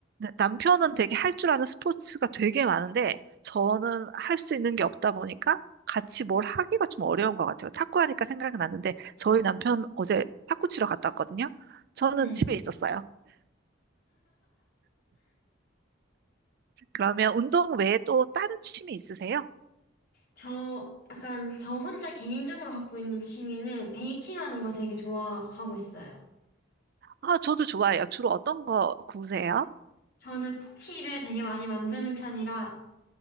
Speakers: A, on the right (about 50°); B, on the left (about 50°).
A: 남편은 되게 할 줄 아는 스포츠가 되게 많은데 저는 할 수 있는 게 없다 보니까 같이 뭘 하기가 좀 어려운 것 같아요. 탁구 하니까 생각이 났는데 저희 남편 어제 탁구 치러 갔다 왔거든요. 저는
B: 네.
A: 집에 있었어요. 그러면 운동 외에 또 다른 취미 있으세요?
B: 저, 약간, 저 혼자 개인적으로 갖고 있는 취미는 베이킹 하는 걸 되게 좋아하고 있어요.
A: 아, 저도 좋아해요. 주로 어떤 거 구우세요?
B: 저는 쿠키를 되게 많이 만드는 편이라,